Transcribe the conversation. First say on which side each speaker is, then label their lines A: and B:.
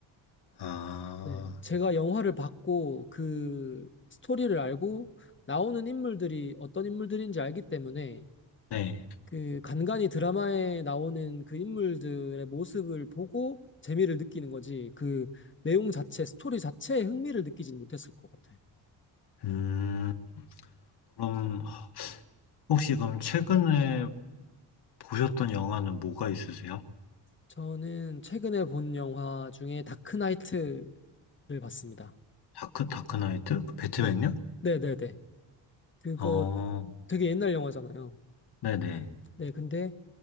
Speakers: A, on the left (about 55°); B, on the left (about 25°).
A: 아,
B: 네, 제가 영화를 봤고 그 스토리를 알고 나오는 인물들이 어떤 인물들인지 알기 때문에
A: 네.
B: 그 간간이 드라마에 나오는 그 인물들의 모습을 보고 재미를 느끼는 거지 그 내용 자체, 스토리 자체에 흥미를 느끼진 못했을 것 같아요.
A: 음, 그럼, 혹시 그럼 최근에 보셨던 영화는 뭐가 있으세요?
B: 저는 최근에 본 영화 중에 다크나이트를 봤습니다.
A: 다크, 다크나이트? 그 배트맨요?
B: 네, 네, 네, 네. 그거
A: 어,
B: 되게 옛날 영화잖아요.
A: 네네.
B: 네, 근데